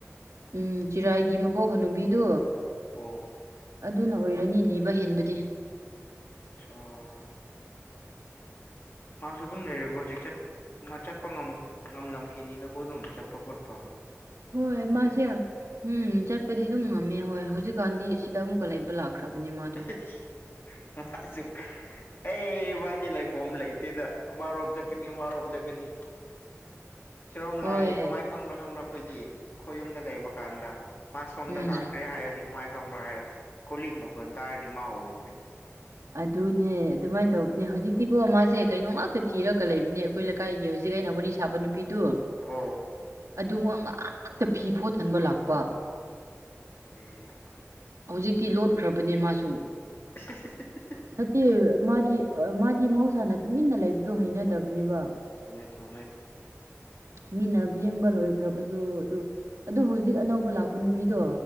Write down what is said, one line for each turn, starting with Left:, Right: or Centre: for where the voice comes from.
Right: ꯎꯝ ꯆꯤꯔꯥꯏꯒꯤ ꯃꯕꯣꯛ ꯍꯥꯅꯨꯕꯤꯗꯨ
Left: ꯑꯣ
Right: ꯑꯗꯨꯅ ꯑꯣꯏꯔꯅꯤ ꯂꯤꯕ ꯍꯦꯟꯕꯗꯤ
Left: <inaudible> ꯃꯥꯁꯨ ꯑꯗꯨꯝ ꯂꯩꯔꯤꯕ꯭ꯔꯣ ꯍꯧꯖꯤꯛ ꯆꯠ ꯃꯥ ꯆꯠꯄ ꯉꯝꯂꯝꯈꯤꯅꯤꯅꯀꯣ ꯑꯗꯨꯝ ꯆꯠꯄ ꯈꯣꯠꯄ
Right: ꯍꯣꯏ ꯃꯥꯁꯦ ꯎꯝ ꯆꯠꯄꯗꯤ ꯑꯗꯨꯝ ꯉꯝꯃꯦ ꯍꯣꯏ ꯍꯧꯖꯤꯛꯀꯥꯟꯗꯤ ꯑꯁꯤꯗ ꯑꯃꯨꯛꯀ ꯂꯩꯕ ꯂꯥꯛꯈ꯭ꯔꯕꯅꯦ ꯃꯥꯗꯣ
Left: <unintelligible> ꯑꯩ ꯃꯥꯗꯤ ꯂꯩꯐꯝ ꯂꯩꯇꯦꯗꯥ ꯑꯃꯥ ꯔꯣꯝ ꯆꯠꯀꯅꯤ ꯑꯃꯥ ꯔꯣꯝ ꯆꯠꯀꯥꯅꯤ ꯁꯤꯔꯣꯝ
Right: ꯍꯣꯏ
Left: ꯂꯥꯛꯑꯦ ꯀꯃꯥꯏꯅ ꯈꯪꯕ꯭ꯔꯥ ꯈꯪꯕ꯭ꯔꯥ ꯑꯩꯈꯣꯏꯗꯤ ꯑꯩꯈꯣꯏ ꯌꯨꯝꯗ ꯂꯩꯕ ꯀꯥꯟꯗ ꯃꯥ ꯁꯣꯝꯗ
Right: ꯎꯝ
Left: ꯂꯥꯛꯈ꯭ꯔꯦ ꯍꯥꯏꯔꯗꯤ ꯀꯃꯥꯏ ꯈꯪꯕ꯭ꯔꯥ ꯍꯥꯏꯔ ꯀꯣꯂꯤꯛ ꯃꯈꯣꯟ ꯇꯥꯔꯗꯤ ꯃꯥ ꯑꯣꯏꯈ꯭ꯔꯦ
Right: ꯑꯗꯨꯅꯦ ꯑꯗꯨꯃꯥꯏꯅ ꯇꯧꯕꯅꯦ ꯍꯧꯖꯤꯛꯇꯤꯀꯣ ꯃꯥꯁꯦ ꯀꯩꯅꯣ ꯉꯥꯛꯇꯥ ꯊꯤꯔꯒꯥ ꯂꯩꯕꯅꯦ ꯑꯩꯈꯣꯏ ꯂꯩꯀꯥꯏꯒꯤ ꯍꯧꯖꯤꯛ ꯑꯩꯅ ꯋꯥꯔꯤ ꯁꯥꯕ ꯅꯨꯄꯤꯗꯨ
Left: ꯑꯣ
Right: ꯑꯗꯨꯒꯥꯉꯣ ꯉꯥꯛꯇ ꯐꯤ ꯐꯣꯠꯍꯟꯕ ꯂꯥꯛꯄ
Left: ꯎꯝ
Right: ꯍꯧꯖꯤꯛꯇꯤ ꯂꯣꯠꯈ꯭ꯔꯕꯅꯦ ꯃꯥꯁꯨ
Left: <unintelligible>
Right: ꯅꯠꯇꯦ ꯃꯥꯗꯤ ꯃꯥꯗꯤ ꯃꯍꯧꯁꯥꯅ ꯇꯨꯃꯤꯟꯅ ꯂꯩꯕꯗꯣ ꯍꯩꯅꯗꯕꯅꯦꯕ
Left: ꯆꯨꯝꯃꯦ ꯆꯨꯝꯃꯦ
Right: <inaudible> ꯃꯤꯅ ꯐꯦꯡꯕ ꯂꯣꯏꯈ꯭ꯔꯕꯁꯨ ꯑꯗꯨ ꯑꯗꯨ ꯍꯧꯖꯤꯛ ꯑꯅꯧꯕ ꯂꯥꯛꯄ ꯅꯨꯄꯤꯗꯣ